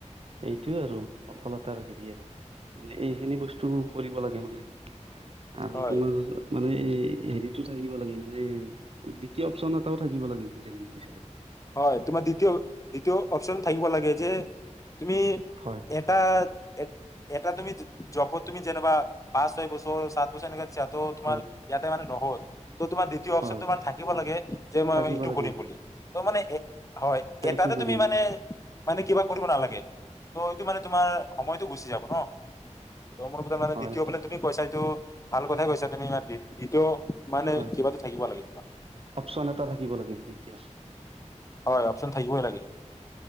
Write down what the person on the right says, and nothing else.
এইটোৱে আৰু। সফলতাৰ হেৰি আৰু। মানে এইখিনি বস্তু কৰিব লাগে মানে। আৰু
তোমাৰ <unintelligible> এই হেৰিটো থাকিব লাগে মানে এই দ্বিতীয় অপচন এটাও থাকিব লাগে কিজানি মোৰ হিচাপত।
হয়
হয়
হয়
থাকিব
লাগে
এইটো কৰিম
হয়
হয়
হয়
হয়
অপচন এটা থাকিব লাগে দ্বিতীয়